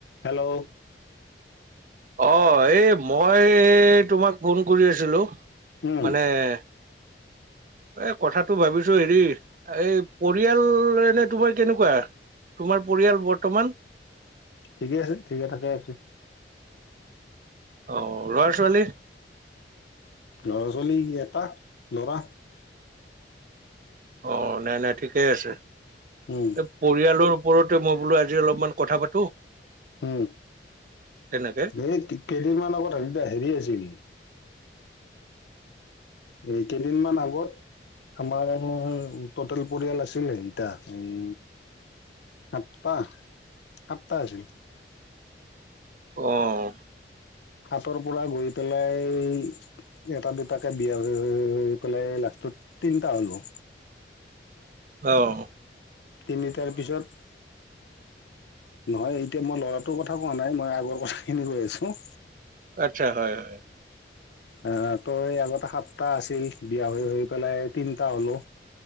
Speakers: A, on the left; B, on the right.
A: Hello
B: অ' এই মই তোমাক ফোন কৰি আছিলো
A: উম
B: মানে <inaudible> এ কথাটো ভাবিছো হেৰি এই পৰিয়াল এনে তোমাৰ কেনেকুৱা। তোমাৰ পৰিয়াল বৰ্তমান।
A: ঠিকে আছে ঠিকে থাকে আছো।
B: আহ লৰা-ছোৱালী।
A: ল'ৰা-ছোৱালী এটা লৰা।
B: অ' নাই নাই ঠিকেই আছে এই
A: উম
B: পৰিয়ালৰ। ওপৰতে মই বোলো আজি অলপমান কথা পাতো।
A: হম।
B: তেনেকে
A: এই কেইদিনমান আগত হ হেৰি আছিল। এই কেইদিন মান আগত। আমাৰ টেল পৰিয়াল আছিল। সেতা এই আপা আ্তা আছিল।
B: অ'।
A: তৰ পৰা গৈ পেলাই। এটা দুটাকে বিয়া পেলাই লাষ্টত তিনটা হ'লো।
B: আহ
A: তিনিটাৰ পিছত। নহয় এতিয়া মই লৰাটোৰ কথা কোৱা নাই মই আগৰ কথা খিনি কৈ আছো।
B: আচ্ছা হয় হয়।
A: অ' তই আগতে সাতটা আছিল বিয়া হৈ হৈ পেলায়। তিনিটা হ'লো